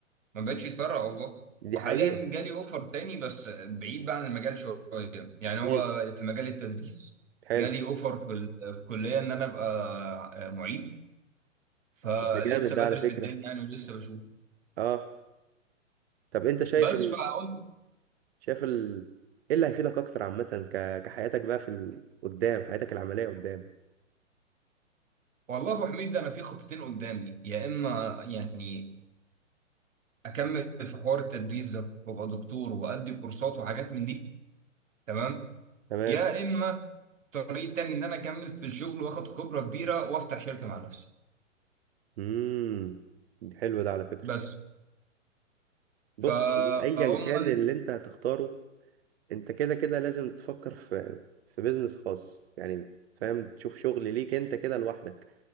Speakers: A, on the right; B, on the right.
A: ما بقتش تفرق والله
B: دي
A: وحاليا
B: حقيقة
A: جالي اوفر تاني بس بعيد بقى عن المجال شويه يعني هو
B: امم
A: في مجال التدريس
B: حلو
A: جالي اوفر في ال- في الكليه ان انا ابقى معيد فلسه
B: ده جامد ده
A: بدرس
B: على فكرة
A: الدنيا يعني ولسه بشوف
B: أه طب أنت شايف
A: بس فقلت
B: شايف ال... ايه اللي هيفيدك اكتر عامة ك... كحياتك بقى في ال... قدام حياتك العملية قدام
A: والله ابو حميد انا في خطتين قدامي يا اما يعني اكمل في حوار التدريس ده وابقى دكتور وادي كورسات وحاجات من دي تمام
B: تمام
A: يا اما الطريق التاني ان انا اكمل في الشغل واخد خبره كبيره وافتح شركه مع نفسي
B: امم حلو ده على فكرة
A: بس
B: بص
A: فهم
B: هو ايا كان
A: ال...
B: اللي انت هتختاره انت كده كده لازم تفكر في في بيزنس خاص يعني فاهم تشوف شغل ليك انت كده لوحدك